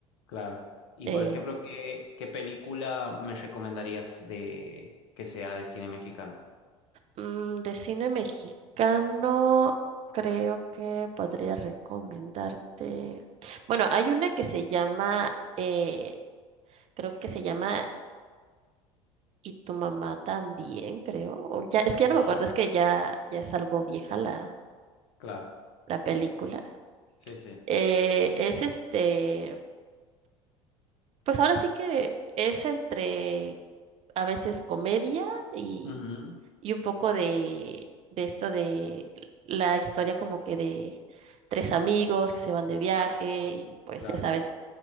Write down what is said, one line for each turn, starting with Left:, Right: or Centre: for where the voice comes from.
Left: claro. Y
Right: <laughs> Eh,
Left: por ejemplo, ¿qué, qué película me recomendarías de que sea de cine mexicano?
Right: Mm, de cine mexicano, creo que podría recomendarte. Bueno, hay una que se llama, eh, creo que se llama Y tu mamá también, creo. o ya, es
Left: Ajá,
Right: que ya no me acuerdo, es que ya, ya es algo vieja la,
Left: claro,
Right: la película.
Left: sí, sí.
Right: Eh, es este, pues ahora sí que es entre a veces comedia y
Left: Ujú,
Right: y un poco de, de esto de la historia como que de tres amigos que se van de viaje y pues
Left: Claro,
Right: ya sabes,